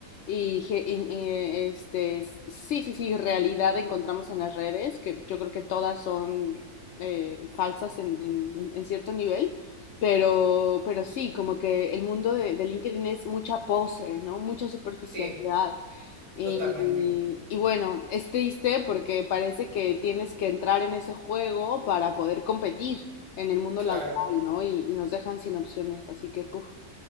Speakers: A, on the left (about 70°); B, on the right (about 70°).
A: y, y- y, este sí, sí, sí, realidad encontramos en las redes, que yo creo que todas son eh, falsas en, en- en cierto nivel, pero, pero sí, como que el mundo de, de LinkedIn es mucha pose, ¿no? Mucha superficialidad.
B: Sí,
A: Y,
B: totalmente.
A: y bueno, es triste porque parece que tienes que entrar en ese juego para poder competir en el mundo
B: Claro.
A: laboral, ¿no? Y, y nos dejan sin opciones. Así que, puf,